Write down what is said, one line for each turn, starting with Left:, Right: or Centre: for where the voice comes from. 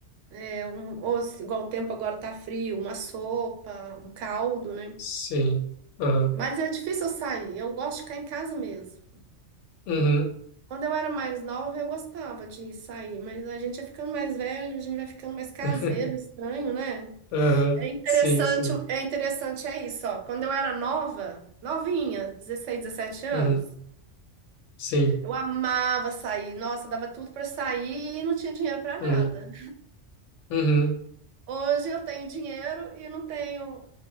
Right: É um, ou se- igual o tempo agora tá frio, uma sopa, um caldo, né?
Left: Sim. Aham.
Right: Mas é difícil eu sair. Eu gosto de ficar em casa mesmo.
Left: Uhum.
Right: Quando eu era mais nova, eu gostava de sair, mas a gente vai ficando mais velho, a gente vai ficando mais caseiro,
Left: <laughs>
Right: estranho, né?
Left: Uhum.
Right: É interessante,
Left: Sim, sim.
Right: é interessante é isso, ó. Quando eu era nova, novinha, 16 17 anos,
Left: Uhum. Sim.
Right: eu amava sair. Nossa, dava tudo pra sair e não tinha dinheiro pra nada.
Left: Uhum. Uhum.
Right: Hoje eu tenho dinheiro e não tenho